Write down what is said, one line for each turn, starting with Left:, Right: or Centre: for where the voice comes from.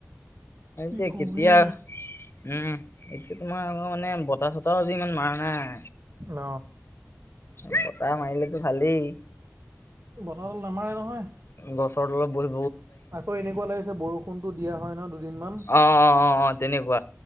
Right: কি
Left: যে
Right: কবি
Left: কেতিয়া উম তোমাৰ আকৌ মানে বত বতাহ চতাহো আজি ইমান মৰা নাই
Right: ন
Left: বতাহ মাৰিলেতো খালি
Right: বতাহডাল নামাৰে নহয়
Left: গছৰ তলত বহি
Right: আকৌ এনেকুৱা লাগিছে বৰষুণতো দিয়া হয় ন'। দুদিনমান
Left: অ', অ', অ', অ', তেনেকুৱা